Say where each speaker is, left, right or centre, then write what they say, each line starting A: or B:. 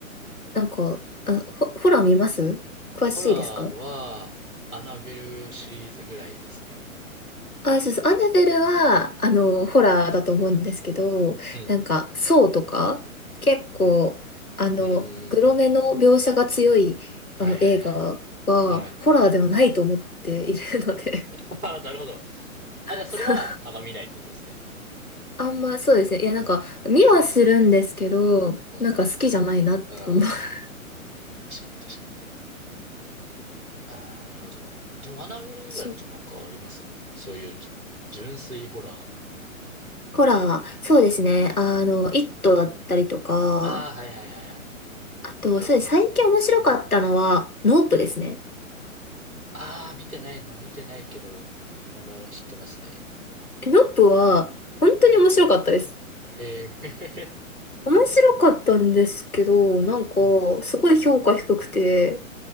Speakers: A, on the left; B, on the right.
A: なんか、あ、ホ、ホラー見ます詳しいですか
B: ホラーは、アナベルシリーズぐらいですね。
A: あ、そうそう。アナベルは、あの、ホラーだと思うんですけど、
B: うん。
A: なんか、ソーとか、結構、あの、
B: うんうんうんうん。
A: グロめの描写が強い、
B: はいはいはい。
A: あの、映画は、
B: はい。
A: ホラーではないと思っているので、
B: <laughs> ああ、なるほど。あ、じゃあそれはあんま見ないってことですね。
A: <laughs> そう、あんま、そうですね。いや、なんか、
B: うん。
A: 見はするんですけど、
B: まあ、
A: なんか好きじゃないなって思う。
B: うん。
A: <laughs>
B: 確かに確かに。ああ、なるほど。でも、アナベル以外だとなんかありますそういうじゅ、
A: そう、
B: 純粋ホラー。
A: ホラー、そうですね。あの、イットだったりとか、
B: ああ、はいはいはいはい。
A: あと、
B: なるほどなるほど。
A: そうです。最近面白かったのは、ノープですね。
B: ああ、見てないな、見てないけど、名前は知ってますね。
A: え、ノップは、本当に面白かったです。
B: えー、
A: 面白かったんですけど、なんか、
B: <laughs> うん。
A: すごい評価低くて、